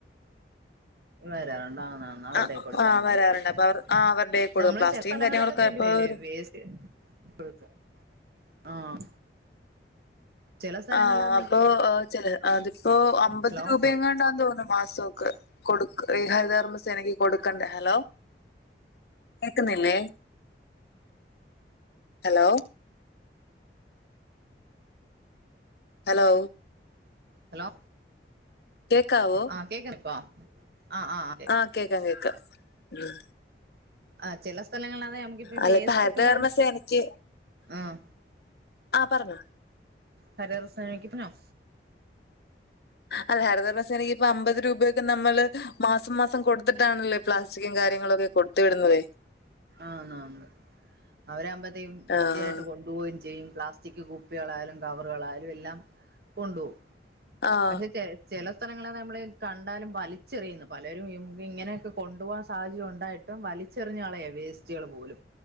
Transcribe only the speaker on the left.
ആ
ആ വരാറുണ്ട്
അപ്പൊ അവർ ആ അവരുടെ കൊടുക്കും
പ്ലാസ്റ്റിക്കും
കാര്യങ്ങളൊക്കെ
ഇപ്പൊ ഒരു
ആഹ് അപ്പൊ ചെല അതിപ്പോ അമ്പത്
രൂപയെങ്ങണ്ടാന്ന് തോന്നുന്നു മാസം കെ കൊടുക്ക് ഈ ഹരിത കർമ്മ സേനക്ക് കൊടുക്കണ്ടെ ഹെലോ കേക്കുന്നില്ലേ ഹലോ ഹലോ
കേക്കാവോ
ആഹ് കേക്കാം കേക്കാം ഉം
അല്ല
ഇപ്പൊ ഹരിതകർമ്മസേനക്ക്
ആഹ് പറഞ്ഞോ
അല്ല ഹരതകർമ്മ സേനയ്ക്കിപ്പ അമ്പത് രൂപയൊക്കെ നമ്മള് മാസം മാസം കൊടുത്തിട്ടാണല്ലേ ഈ പ്ലാസ്റ്റിക്കും കാര്യങ്ങളും ഒക്കെ കൊട്ത്ത് വിടുന്നതേ
ആഹ്
ആഹ്